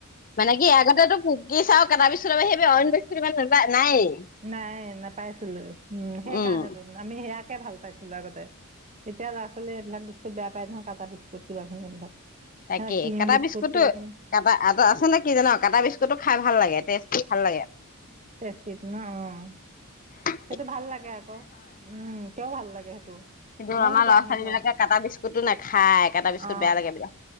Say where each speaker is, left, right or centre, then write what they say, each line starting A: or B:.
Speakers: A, on the left; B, on the right.
A: মানে কি আগতেটো কোকিছ আও কাটা বিস্কুতৰ বাহিৰে অইন বস্তু ইমান নায়েই
B: নাই নাপাইছিলোৱে। উম সেইকাৰণেটো,
A: উম
B: আমি সেয়া তাকে ভাল পাইছিলো আগতে। এতিয়া ল'ৰা ছোৱালীয়ে এইবিলাক বিস্কুট বেয়া পাই নহয়, কাটা বিস্কুট কিবা খিনি এইবিলাক।
A: তাকেই
B: ক্ৰীম
A: কাটা
B: বিস্কুট
A: বিস্কুতো
B: কিবা কিনি
A: কটা আত আছে নে কি জান কাটা বিস্কুতটো খাই ভাল লাগে টেষ্টি ভাল লাগে।
B: তেষ্টিত ন, অঁ।
A: <inaudible>
B: সেইটো ভাল লাগে আকৌ। উম, কিয় ভাল লাগে সেইটো?
A: কিন্তু
B: ময়ো
A: আমাৰ
B: সেইটো
A: ল'ৰা
B: আনি
A: ছোৱালী
B: লওঁ
A: বিলাকে কাটা বিস্কুতটো নাখায়। কাটা বিস্কুট
B: অ
A: বেয়া লাগে বোলে।